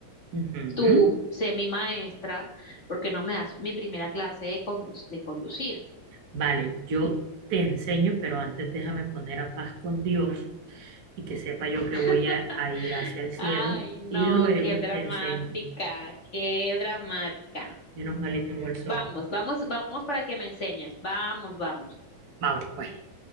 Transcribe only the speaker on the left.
Tú, sé mi maestra, ¿por qué no me das mi primera clase de, condu- de conducir?
<laughs>
Ay, no,
qué dramática,
qué dramática.
Vamos, vamos, vamos para que me enseñes. Vamos, vamos.